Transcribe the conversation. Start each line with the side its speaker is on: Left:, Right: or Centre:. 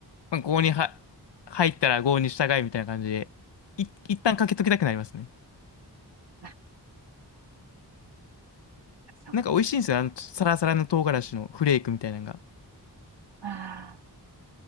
Left: まあ郷には入ったら郷に従いみたいな感じで、い、一旦かけときたくなりますね。
Right: <laughs> あ、なんかそっか。
Left: なんか美味しいんですよ。あの、サラサラの唐辛子のフレークみたいなのが。
Right: ああ、